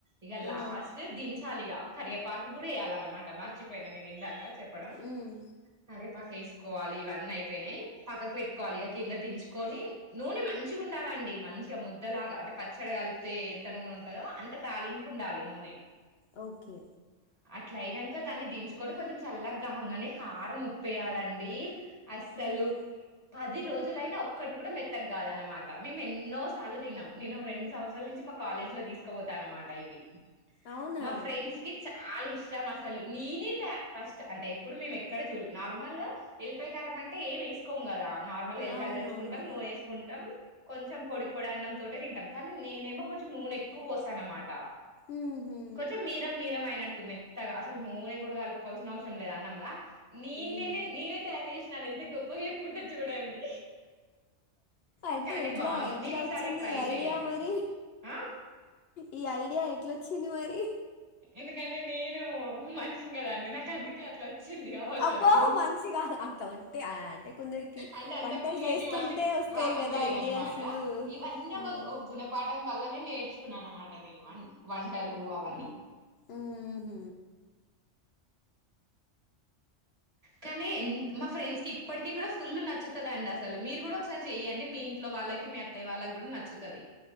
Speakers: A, on the right; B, on the left.
A: ఇగా లాస్ట్
B: ఆ
A: దించాలి ఇగా కరియేపాకు కూడా వేయ్యాలన్నమాట మర్చిపోయిన నేను ఇందాక చెప్పడం
B: ఉమ్
A: కరివేపాకు వేసుకోవాలి ఇవన్నీయిపో యినాయి పక్కకు పెట్టుకోవాలి కింద దించుకొని నూనె మంచి మంచిగా ఉండాలండి మంచిగా ముద్దలాగా అంటే పచ్చడి కలిపితే ఎంత నూనె ఉంటందో అంత తాలింపు ఉండాలి నూనె
B: ఓకే
A: అట్ల అయినంక దాన్ని దించుకొని కొంచెం చల్లగా కాంగానే కారం ఉప్పేయాలండి అస్సలు
B: ఉమ్
A: పది రోజులైనా ఒక్కటి కూడా మెత్తగా కాదన్నమాట మేము ఎన్నో సార్లు తిన్నాం నేను రెండు సంవత్సరాల నుంచి మా కాలేజీ లో తీసుకపోతా అన్నమాట ఇవి
B: అవునా
A: మా ఫ్రెండ్స్ కి చా లా ఇష్టం అసలు నేనే త ఫస్ట్ అంటే ఎప్పుడు మేము ఎక్కడ చూడ నార్మల్ గా ఎల్లిపాయి కారం అంటే ఏం వేసుకోం కదా నార్మల్గా ఎల్లిపాయ
B: అవునవును
A: దంచుకుంటాం నూనె వేసుకుంటాం కొంచెం పొడి పొడి అన్నం తోటే తంటాం కానీ నేనేమో కొంచెం నూనెక్కువ పోస్తా అన్నమాట
B: ఉహు
A: కొంచెం మీరం మీరం అయినట్టు మెత్తగా అసలు నూనె కూడా కలుపుకోవాల్సిన అవసరం లేదు అన్నంలా నేేను
B: ఉమ్
A: నేనే తయారు చేసినా అని ఎంత గొప్పగా చెప్పుకుటు చూడండి
B: అంటే
A: కానీ
B: ఎట్లా
A: బాగుంది
B: ఎట్లా
A: మీరు ఈసారి
B: వచ్చింది
A: ట్రై
B: ఈ ఐడియా
A: చెయ్యండి
B: మరి
A: ఆ
B: ఈ ఐడియా వచ్చింది మరి
A: ఎందుకంటే నేను మనిషిని కదాండి నాకు అందుకే అట్లా చ్చింది కావచ్చు
B: అబ్బో
A: అది
B: మనిషి కాదు అట్లా ఉంటే ఆ, అంటే కొందరికి
A: అంటే అంతకుముందు
B: వంటలు
A: నాకు
B: చేస్తుంటే
A: ఇవన్నీ
B: వస్తాయి
A: రాకపోయేది
B: కదా ఐడియాస్
A: అన్నమాట ఇవన్నీ
B: మ్మ్.
A: ఒక ఓ గుణపాఠం వల్లనే నేర్చుకున్నాను అన్నమాట నేను వంటలు అవన్నీ
B: ఉహు
A: కానీ మా ఫ్రెండ్స్కి ఇప్పటికీ కూడా ఫుల్లు నచ్చుతుంది అండి అసలు మీరు కూడా ఒకసారి చెయ్యండి మీ ఇంట్లో వాళ్ళకి మీ అత్తయ్య వాళ్ళకి కూడా నచ్చుతది